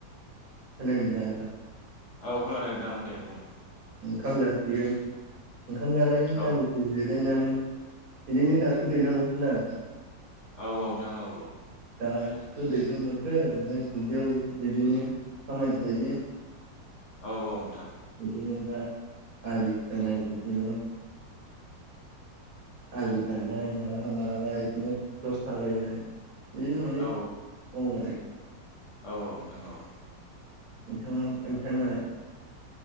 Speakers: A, on the right; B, on the left.
A: खोनादोना नोंथां
B: औ खोनादों नोंथां दे बुं
A: ओंखाम जासिगोन ओंखाम जानायनि
B: औ
A: दानदिसे जिरायनानै बिदिनो दाथ' दैज्लां बोथोरना नोंथां
B: औ औ
A: दा- थ' दैज्लां बोथोर ओमफ्राय दुब्लियाव बिदिनो खामानि थायो
B: औ औ नोंथां
A: बिदिनो दा आलि खोनाय बिदिनो आलि दाननाय मालाबा मालाबा बिदिनो ट्रेक्टर सालायनाय बिदिनो माने
B: औ नोंथां
A: मावो आरो
B: औ औ नोंथां औ
A: नोंथाङा नोंथां नालाय